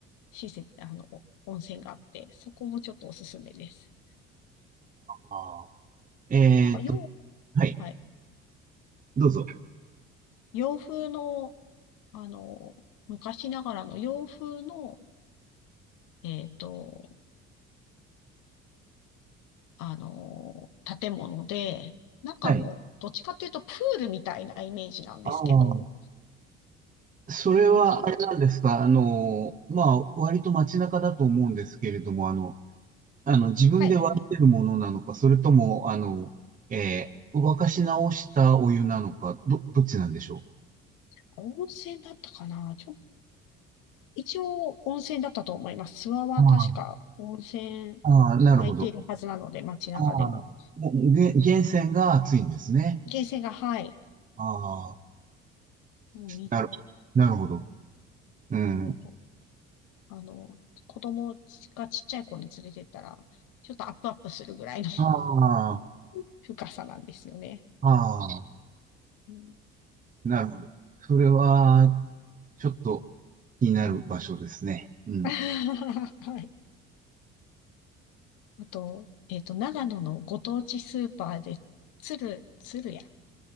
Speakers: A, on the left (about 65°); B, on the right (about 25°).
A: 施設、あの、お温泉があって、そこもちょっとおすすめです。
B: ああ、えーと、
A: なんか洋、
B: はい、
A: はい、
B: どうぞ。
A: 洋風の、あの、昔ながらの洋風の、えっと、あの、建物で、中も、
B: はい
A: どっちかっていうとプールみたいなイメージなんですけど、
B: ああ、それはあれなんですか、
A: えそ
B: あの、まあ、割と街中だと思うんですけれども、あの、あの、自分で割ってるものなのか、
A: はい、
B: それとも、あの、えー沸かし直したお湯なのか、ど、どっちなんでしょ
A: 温泉だったかなちょ、一応温泉だったと思います。諏訪は確か温泉
B: う。ああ、ああ、なるほど。
A: 空いているはずなので、街中でも。
B: ああ、もう、げ、源泉が熱いんですね。
A: 源泉が、はい、
B: ああ、
A: もう見た
B: なる、なるほど。うん。
A: ことあの、子供がちっちゃい子に連れてったら、ちょっとアップアップするぐらいの
B: ああ、
A: <laughs> 深さなんですよね。
B: ああ、
A: うん
B: なるほど。それは、ちょっと気になる場所ですね。うん。
A: <laughs> はい。あと、えっと、長野のご当地スーパーで、鶴、鶴屋っ